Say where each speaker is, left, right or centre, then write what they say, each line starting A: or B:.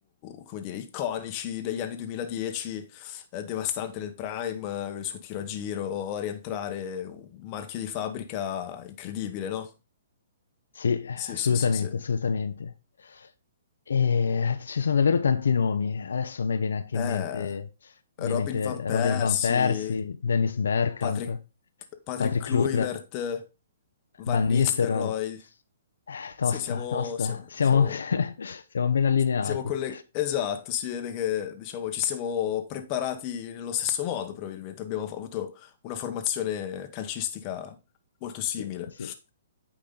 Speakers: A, on the left; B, on the left.
A: come dire, iconici degli anni 2010, eh, devastante nel prime, eh, il suo tiro a giro, a rientrare, un marchio di fabbrica incredibile, no?
B: Sì,
A: Sì,
B: assolutamente,
A: sì, sì, sì.
B: assolutamente. E ci sono davvero tanti nomi. Adesso a me viene anche
A: Eh,
B: in mente, ovviamente,
A: Robin Van Persie,
B: Robin Van Persie, Dennis Bergkamp,
A: Patrick, Patrick
B: Patrick
A: Kluivert,
B: Kluivert,
A: Van
B: Van
A: Nistelrooy,
B: Nistelrooy. Eh, tosta,
A: Sì, siamo,
B: tosta,
A: siamo,
B: siamo,
A: siamo,
B: <laughs> siamo ben allineati.
A: siamo colle- Esatto, si vede che diciamo, ci siamo preparati nello stesso modo, probabilmente. Abbiamo fa- avuto una formazione calcistica molto simile.
B: Sì, sì.